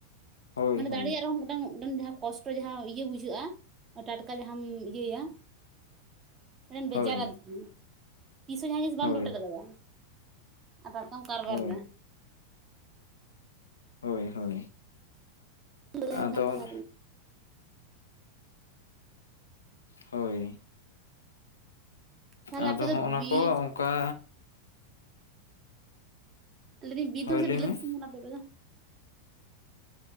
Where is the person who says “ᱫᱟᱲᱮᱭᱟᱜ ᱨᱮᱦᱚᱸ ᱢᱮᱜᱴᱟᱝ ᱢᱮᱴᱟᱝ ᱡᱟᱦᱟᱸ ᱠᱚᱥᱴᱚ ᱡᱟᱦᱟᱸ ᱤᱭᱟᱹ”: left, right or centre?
Right